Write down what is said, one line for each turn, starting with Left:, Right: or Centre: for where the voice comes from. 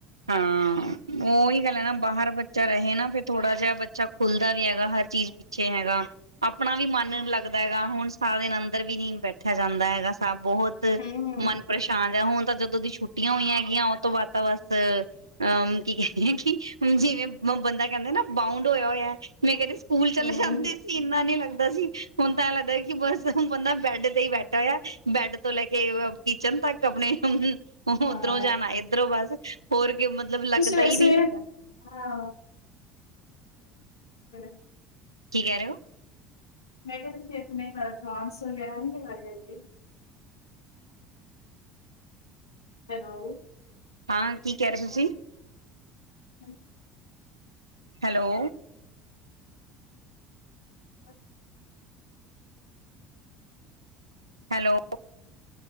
Right: ਹਾਂ ਉਹੀ ਗੱਲ ਹੈ ਨਾ ਬਾਹਰ ਬੱਚਾ ਰਹੇ ਨਾ ਫਿਰ ਥੋੜਾ ਜਿਹਾ ਬੱਚਾ ਖੁੱਲਦਾ ਵੀ ਹੈਗਾ ਹਰ ਚੀਜ਼ ਪਿੱਛੇ ਹੈਗਾ ਆਪਣਾ ਵੀ ਮਨ ਲੱਗਦਾ ਹੈਗਾ ਹੁਣ ਸਾਰਾ ਦਿਨ ਅੰਦਰ ਵੀ ਨਹੀਂ ਬੈਠਿਆ ਜਾਂਦਾ ਹੈਗਾ ਸਭ ਬਹੁਤ
Left: ਹੂੰ
Right: ਮਨ ਪਰੇਸ਼ਾਨ ਜਿਹਾ ਹੁਣ ਤਾਂ ਜਦੋਂ ਦੀ ਛੁਟੀਆਂ ਹੋਈਆਂ ਹੈਗੀਆਂ ਉਹ ਤੋਂ ਬਾਅਦ ਬਸ ਅ ਕੀ ਕਹਿੰਦੇ ਆ ਕਿ ਜਿਵੇਂ ਬੰਦਾ ਕਹਿੰਦੇ ਨਾ ਬਾਊਂਡ ਹੋਇਆ ਹੋਇਆ ਮੈਂ ਕਹਿੰਦੀ ਸੀ ਸਕੂਲ ਚਲੇ
Left: ਹੂੰ
Right: ਜਾਂਦੇ ਸੀ ਇੰਨਾ ਨਹੀਂ ਲੱਗਦਾ। ਸੀ ਹੁਣ ਤਾਂ ਐ ਲੱਗਦਾ ਕਿ ਬਸ ਬੰਦਾ ਬੈਡ ਤੇ ਹੀ ਬੈਠਾ ਹੋ ਬੈਡ ਤੋਂ ਲੈ ਕੇ ਕਿਚਨ ਤੱਕ ਆਪਣੇ ਉਹ
Left: ਹਾਂ
Right: ਉੱਧਰੋਂ ਜਾਣਾ ਇੱਧਰੋਂ ਬਸ ਹੋਰ। ਕਿ ਮਤਲਬ ਲੱਗਦਾ
Left: ਤੁਸੀਂ ਵੈਸੇ
Right: ਹੀ ਨਹੀਂ
Left: ਹਾਂ
Right: ਹੈਗਾ
Left: <inaudible> <unintelligible>
Right: ਕੀ ਕਹਿ ਰਹੇ ਹੋ।
Left: ਮੈਂ ਕਿਹਾ ਤੁਸੀਂ ਇਤਨੇ ਕਰ <unintelligible> ਹੈਲੋ।
Right: ਹਾਂ ਕੀ ਕਹਿ ਰਹੇ ਸੀ ਤੁਸੀਂ।
Left: ਹਮ
Right: ਹੈਲੋ।
Left: <inaudible>
Right: ਹੈਲੋ।